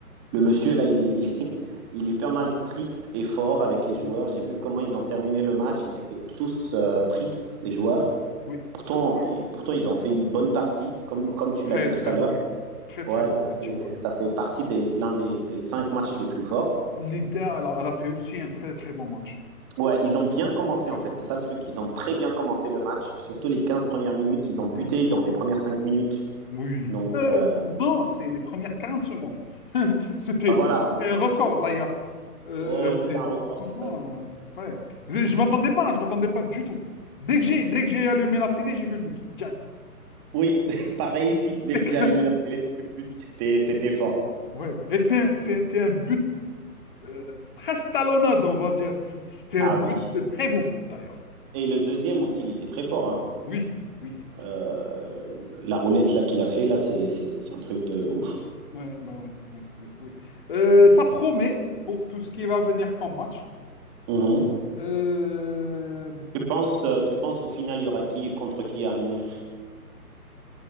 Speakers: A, on the right; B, on the left.
A: le monsieur, là, il est, <laughs> il est pas mal strict et fort avec les joueurs.
B: oui,
A: J'ai vu comment ils ont terminé le match. Ils étaient tous euh, tristes, les joueurs.
B: oui.
A: Pourtant, pourtant, ils ont fait une bonne partie. Comme, comme tu
B: Très,
A: l'as dit tout
B: très
A: à l'heure,
B: bonne. Très,
A: Ouais,
B: très bonne
A: ça
B: partie.
A: fait,
B: ouais.
A: ça fait partie des l'un des, des cinq matchs les plus forts.
B: L'Inter, elle, a elle a fait aussi un très, très bon match.
A: Ouais, ils ont bien commencé
B: À
A: en
B: fond.
A: fait, c'est ça le truc. Ils ont très
B: Hmm.
A: bien commencé le match, surtout les 15 premières minutes. Ils ont buté dans les premières 5 minutes.
B: Oui.
A: Donc
B: Euh,
A: euh,
B: non, c'est les premières 40 secondes. <laughs> C'était,
A: bah voilà,
B: c'était
A: voilà.
B: un record
A: c'était
B: d'ailleurs. Euh,
A: oh, ouais,
B: c'est
A: c'était un record,
B: franchement,
A: c'est vrai.
B: euh, ouais. Je, je m'attendais pas, hein, je m'attendais pas du tout. Dès que j'ai, dès que j'ai allumé la télé, j'ai vu le but. Direct.
A: Oui, <laughs> pareil ici. Dès
B: <laughs> Éclaté.
A: que j'ai allumé la télé, le but, c'était, c'était fort.
B: Ouais. Et c'était un, c'était un but euh, presque talonnade, on va dire. C- C'était
A: Ah
B: un but,
A: oui.
B: un très beau but d'ailleurs.
A: Et le deuxième aussi, il était très fort. hein.
B: Oui, oui.
A: Euh, la roulette là qu'il a fait, là, c'est, c'est, c'est un truc de ouf.
B: Ouais, ben oui, oui, oui, oui. Euh, ça promet pour tout ce qui va venir comme match.
A: Mhm.
B: Euh,
A: Tu penses, euh, tu penses au final, il y aura qui contre qui à Munich?